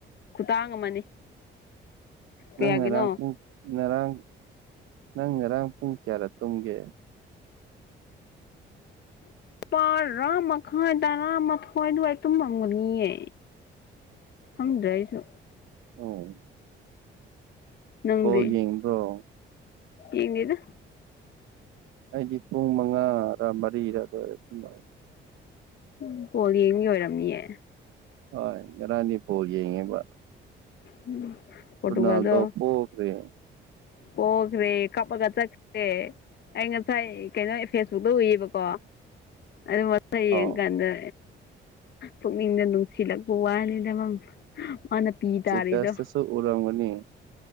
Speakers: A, on the left; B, on the right.
A: ꯇꯥꯡ ꯑꯃꯅꯤ
B: ꯅꯪ
A: ꯀꯌꯥꯒꯤꯅꯣ
B: ꯉꯔꯥꯡ ꯄꯨꯡ ꯉꯔꯥꯡ ꯅꯪ ꯉꯔꯥꯡ ꯄꯨꯡ ꯀꯌꯥꯗ ꯇꯨꯝꯒꯦ
A: ꯄꯥꯔꯥ ꯃꯈꯥꯏ ꯇꯔꯥ ꯃꯥꯊꯣꯏ ꯑꯗꯨꯋꯥꯏ ꯇꯨꯝꯃꯝꯒꯅꯤꯌꯦ ꯈꯪꯗ꯭ꯔꯦ ꯑꯩꯁꯨ
B: ꯑꯣ
A: ꯅꯪꯗꯤ
B: ꯕꯣꯜ ꯌꯦꯡꯕ꯭ꯔꯣ
A: ꯌꯦꯉꯗ
B: ꯑꯩꯗꯤ ꯄꯨꯡ ꯃꯉꯥꯔꯥ ꯃꯔꯤꯔꯥ ꯑꯗꯨꯋꯥꯏꯗ ꯇꯨꯝꯕ
A: ꯎ ꯄꯣꯜ ꯌꯦꯡꯒꯤ ꯑꯣꯏꯔꯝꯅꯤꯌꯦ
B: ꯍꯣꯏ ꯉꯔꯥꯡꯗꯤ ꯕꯣꯜ ꯌꯦꯡꯉꯦꯕ
A: ꯎꯝ ꯄꯣꯜꯇꯨꯒꯥꯜꯗꯣ
B: ꯔꯣꯅꯥꯜꯗꯣ ꯄꯣꯈ꯭ꯔꯦ
A: ꯄꯣꯈꯔ꯭ꯦ ꯀꯞꯄꯒ ꯆꯥꯠꯈꯔ꯭ꯦ ꯑꯩ ꯉꯁꯥꯏ ꯀꯩꯅꯣ ꯐꯦꯁꯕꯨꯛꯇ ꯎꯏꯌꯦꯕꯀꯣ ꯑꯗꯨ ꯌꯦꯡꯉꯀꯥꯟꯗ
B: ꯑꯥꯎ
A: ꯄꯨꯛꯅꯤꯡꯗ ꯅꯨꯡꯁꯤꯜꯂꯛꯄ ꯋꯥꯅꯤꯗꯃ ꯃꯥꯅ ꯄꯤ ꯇꯥꯔꯤꯗꯣ
B: ꯇꯁ ꯇꯁꯨ ꯎꯔꯝꯒꯅꯤ